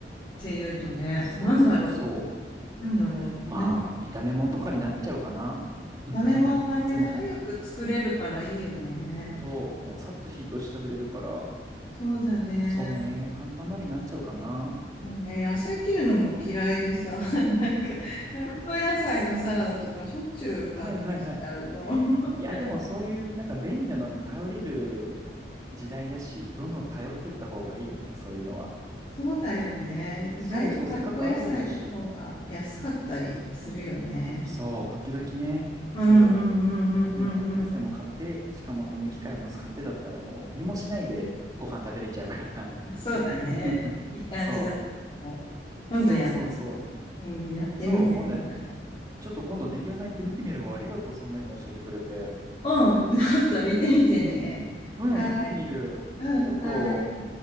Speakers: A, on the left; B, on the right.
A: ていうとね、
B: う、そうそうそ
A: なんだろう。なんだろう。
B: う。まあ、
A: 何
B: 炒め物とかになっちゃうかな。<laughs> だから、
A: 炒め物はね、
B: いつも。
A: 早く作れるからいいよね。
B: そう、もうさっと火通して食べれるから、
A: そうだね。
B: そうね、簡単なりになっちゃうかな。
A: もうね、野菜切るのも嫌いでさ、
B: そう。
A: <laughs> なんか、カット野菜のサラダとかしょっちゅう買ってきちゃう、
B: はいはいはい。
A: もう。<laughs>
B: いや、でもそういう、なんか便利なのに頼れる時代だし、どんどん頼ってった方がいいよね、そういうのは。
A: そうだよね。意外とカット野菜の方が安かったりするよね。
B: そうそう、せっかくあるんだし。そう、時々ね、
A: うんうんうんうんうん
B: そう、もう買った野菜も買って、しかもその機械も使ってだったらもう何もしないでご飯食べれちゃうから。
A: うん。そうだね。
B: <laughs>
A: いい感じだ。
B: そ
A: もう今度や、
B: う、そうそうそう。
A: うん、やってみて、
B: そう、今度ち
A: そんな感じ。
B: ょっと今度電気屋さん行って見てみるわ。ありがとう。そんないいの教えてくれて。
A: うん、<laughs> ちょっと見てみてね。
B: うん、
A: はい、
B: 見てみる。
A: うん、
B: ありがとう。
A: はい。